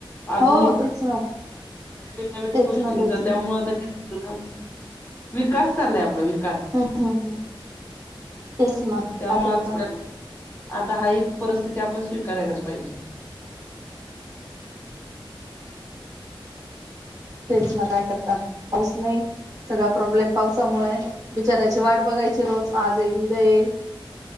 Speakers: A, on the left; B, on the right.
A: आधुनिक
B: हो तेच ना
A: <unintelligible> नवीन -नवीन
B: तेच
A: गोष्टींचा
B: ना तेच
A: त्यामुळे
B: ना
A: आता हे सगळ <inaudible> विकास चाललाय आपला वि
B: हम्म -हम्म -हम्म तेच ना
A: त्यामुळे
B: काय करताय?
A: आजकाल आता हाय- हि परिस्थिती आपण स्वीकारायलाच पाहिजे.
B: तेच ना काय करता? पाऊस नाही सगळा प्रॉब्लेम पावसामुळेय. बिचाऱ्याची वाट बघायची. रोज आज येईल- उद्या येईल.